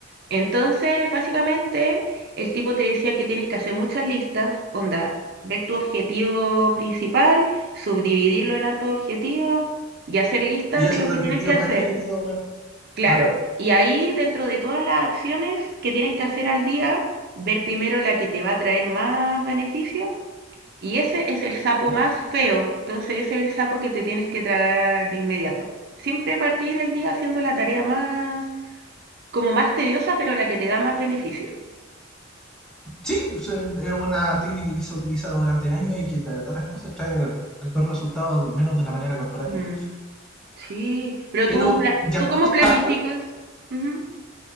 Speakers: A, on the right; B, in the centre.
A: Entonces, básicamente, el tipo te decía que tienes que hacer muchas listas, onda, ver tu objetivo principal, subdividirlo en hartos objetivos y hacer listas
B: Y eso
A: de lo
B: de
A: que
B: objetivos
A: tienes que hacer.
B: más chiquititos, weón.
A: Claro,
B: Ah,
A: y ahí dentro de todas las acciones que tienes que hacer al día, ver primero la que te va a traer más beneficios y ese es el sapo
B: mi
A: más
B: parte, por
A: feo,
B: eso.
A: entonces ese es el sapo que te tienes que tragar de inmediato. Siempre partir el día haciendo la tarea más, como más tediosa, pero la que te da más beneficio.
B: Sí, pues, eh, es una técnica que se ha utilizado durante años y que la verdad las cosas trae los resultados menos de una manera corporativa.
A: Mm, sí, pero
B: Pero
A: tú, pla-
B: ya
A: ¿tú cómo
B: los
A: planificas?
B: sapos,
A: Ujú. <laughs>